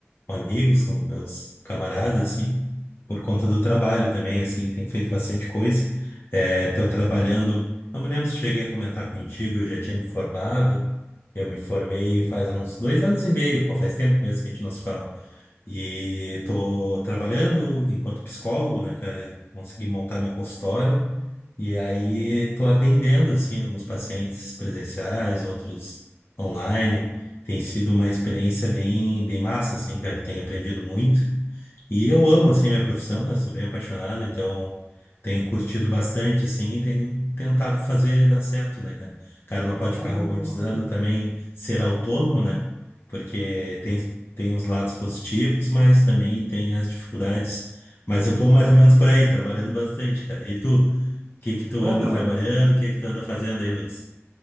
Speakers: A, on the left (about 55°); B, on the right (about 55°).
A: com amigos, com meus camaradas, assim, por conta do trabalho também, assim, tem feito bastante coisa. É, tô trabalhando, não me lembro se cheguei a comentar contigo, eu já tinha me formado, eu me formei faz uns dois anos e meio, pô, faz tempo mesmo que a gente não se fala. E tô trabalhando enquanto psicólogo, né, cara, consegui montar meu consultório, e aí tô atendendo, assim, alguns pacientes presenciais, outros online, tem sido uma experiência bem, bem massa, assim, cara. Tenho aprendido muito. E eu amo, assim, minha profissão, né? Sou bem apaixonado, então tenho curtido bastante, assim, e tenho tentado fazer dar certo, né, cara? O cara não pode
B: Porra.
A: ficar romantizando também ser autônomo, né? Porque tem, tem os lados positivos, mas também tem as dificuldades. Mas eu tô mais ou menos por aí, trabalhando bastante, cara. E tu, o que que tu
B: Pô,
A: anda
B: mano,
A: trabalhando? O que que tu anda fazendo aí, Luiz?